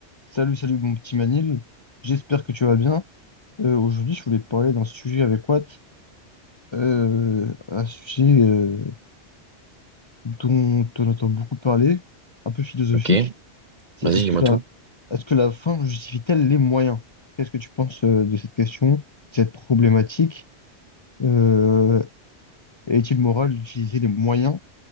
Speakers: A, on the left (about 40°); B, on the right (about 50°).
A: Salut, salut mon petit Manil, j'espère que tu vas bien. Euh, aujourd'hui, je voulais te parler d'un sujet avec Watt, euh, un sujet euh, dont on entend beaucoup parler, un peu philosophique.
B: Ok,
A: C'est
B: vas-y,
A: est-ce
B: dis-moi
A: que la,
B: tout.
A: est-ce que la fin justifie-t-elle les moyens? Qu'est-ce que tu penses euh, de cette question, de cette problématique? Euh, est-il moral d'utiliser les moyens